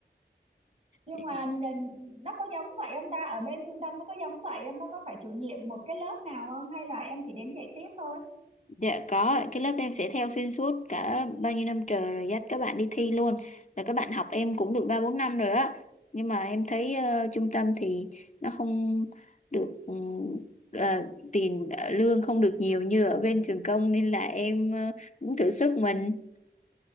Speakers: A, on the right; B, on the left.
A: nhưng
B: Ừ.
A: mà n- nó có giống vậy không ta ở bên trung tâm nó có giống vậy em nó có phải chủ nhiệm một cái lớp nào không hay là em chỉ đến dạy tiếp thôi
B: dạ có cái lớp em sẽ theo xuyên suốt cả bao nhiêu năm trời rồi dắt các bạn đi thi luôn là các bạn học em cũng được ba bốn năm rồi á nhưng mà em thấy ờ, trung tâm thì nó không được ừ, ờ, tiền ờ, lương không được nhiều như ở bên trường công nên là em ờ, cũng thử sức mình